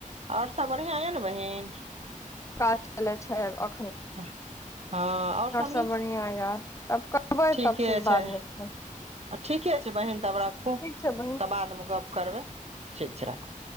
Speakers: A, on the right; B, on the left.
A: आओर सभ बढ़ियाँ या ने बहीन
B: काज चलै छै अ-
A: हँ आओर सभ नीक
B: सब बढ़िया यार तब करबै
A: ठीके
B: तब फिर
A: छै
B: बाद मे फोन
A: ठीके छै बहन तब राखू
B: ठीक छै बहिन
A: तब बादमे गप करबै ठीक छै राखू